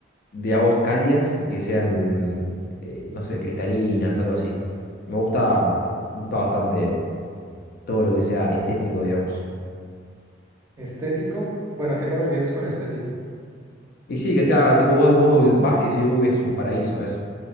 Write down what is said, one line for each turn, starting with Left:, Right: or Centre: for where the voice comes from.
Left: de aguas cálidas y que sean, eh, no sé, cristalinas, algo así. Me gusta, me gusta bastante todo lo que sea estético, digamos.
Right: estético. Bueno, ¿a qué te refieres con estético?
Left: Y sí, que sea tipo vos, vos vas y decís, uy, esto es un paraíso, eso.